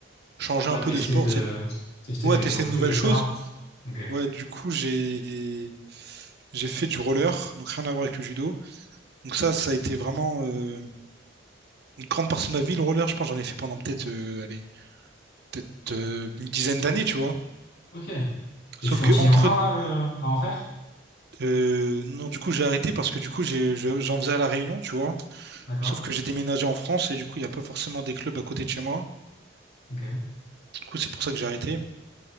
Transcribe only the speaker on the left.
Ouais,
tester
de,
tester
des nouveaux
trucs,
etc.
Ok,
ok.
Et tu continues
encore là le, à en faire?
D'accord.
Ok.